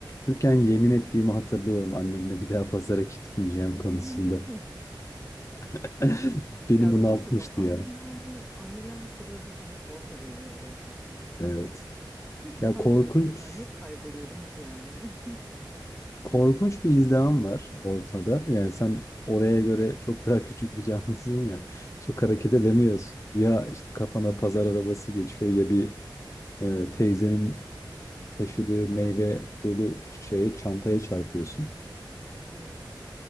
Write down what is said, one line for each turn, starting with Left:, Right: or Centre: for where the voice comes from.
Left: Çocukken yemin ettiğimi hatırlıyorum annemle bir daha pazara gitmeyeceğim konusunda.
Centre: <laughs>
Left: <laughs> Beni
Centre: Ya
Left: bunaltmıştı
Centre: bir şey söyleyeceğim. Annelerle
Left: ya.
Centre: annelerle pazar zaten bir tuhaf oluyordu ya gerçekten.
Left: Evet.
Centre: Sürekli
Left: Ya
Centre: kayboluyordum
Left: korkunç
Centre: mesela. Niye kayboluyordum ki yani? <laughs>
Left: korkunç bir izdiham var ortada. Yani
Centre: Evet,
Left: sen oraya göre çok daha küçük bir canlısın ya. Çok hareket
Centre: evet,
Left: edemiyorsun. Ya işte kafana pazar arabası geçiyor ya bir e, teyzenin taşıdığı meyve dolu şeye çantaya çarpıyorsun.
Centre: evet.